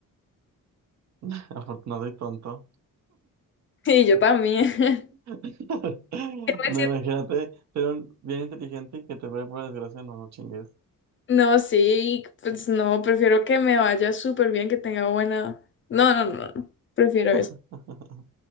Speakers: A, on the right; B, on the left.
A: <laughs> Afortunado y tonto.
B: Sí, yo también. <laughs> ¿Qué
A: <laughs>
B: me
A: No,
B: sien-
A: imagínate ser un bien inteligente y que te pare por desgracia, no, no chingues.
B: No, sí, pues no, prefiero que me vaya súper bien, que tenga buena... No, no, no, no, prefiero eso.
A: <laughs>